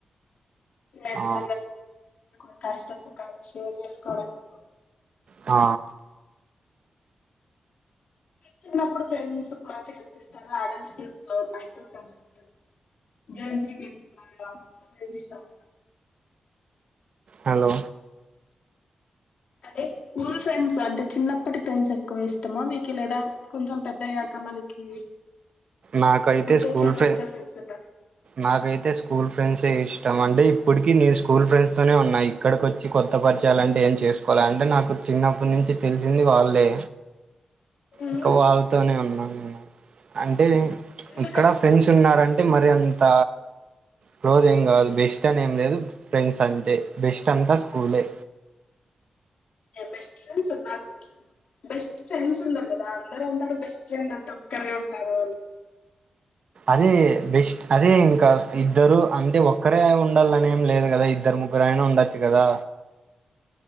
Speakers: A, on the left; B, on the right.
A: ఫండ్స్
B: ఆ
A: అ కాష్ట సుఖాలు షేవ్ చేసుకోవడాదు
B: ఆ
A: చిన్నప్పుడు ఫ్రెండ్స్ కూడా గనిపిస్తారు ఆడల్ ఫీల్డ్ లో ఉన్నాయి ప్రజె జజ కజ ఇష్టమ
B: హలో
A: అదే స్కూల్ ఫ్రెండ్స్ అంటే చిన్నప్పటి ఫ్రెండ్స్ ఎక్కువ ఇష్టమా మీకు లేదా కొంచెం పెద్ద్యాక మనకి
B: నాకైతే
A: బుద్ధొచ్చాక
B: స్కూల్ ఫె
A: వచ్చే ఫ్రెండ్స్ ఉన్నార
B: నాకైతే స్కూల్ ఫ్రెండ్స్ే ఇష్టం అంటే ఇప్పటికి నేను స్కూల్ ఫ్రెండ్స్ తోనే ఉన్నాయి ఇక్కడిక వచ్చి కొత్త పల్ ప చేయాలంటే ఏం చేసుకోవాలి అంటే నాకు చిన్నప్పటి నుంచి తెలిసింది వాళ్ళే
A: ఉమ్
B: ఒక వాళ్ళతోనే ఉన్నాం అంటే
A: ఎందుకని
B: ఇక్కడ ఫ్రెండ్స్ ఉన్నారంటే మరి అంత క్లోజ్ ఏం కావాలదు బెస్ట్ అని ఏం లేదు ఫ్రెండ్స్ అంటే బెస్ట్ అంతా స్కూలే
A: బెస్ట్ ఫ్రెండ్స్ ఉందా బెస్ట్ ఫ్రెండ్స్ ఉన్నారు కదా అందరుూ ఉంటారు బెస్ట్ ఫ్రెండ్ అంటే ఒక్కరే ఉంటారు వాళ్ళు
B: అది బెస్ట్ అదే ఇంకా ఇద్దరు అంటే ఒరే ఉండాలనేం లేదు కదా ఇద్దరు ముగ్గురునా ఉండాచ్చు కదా